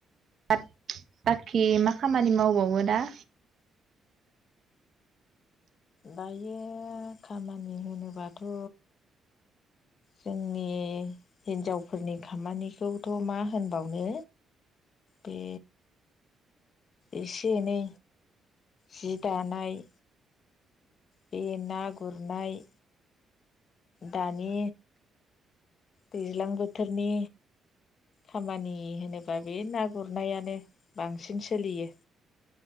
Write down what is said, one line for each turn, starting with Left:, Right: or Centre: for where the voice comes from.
Right: <unintelligible> बाखि मा खामानि मावबावो दा?
Left: दायो खामानि होनोबाथ' जोंनि हिन्जावफोरनि खामानिखौथ' मा होनबावनो बेे एसे एनै जि दानाय बे ना गुरनाय दानि दैज्लां बोथोरनि खामानि होनोबा बे ना गुरनायानो बांसिन सोलियो।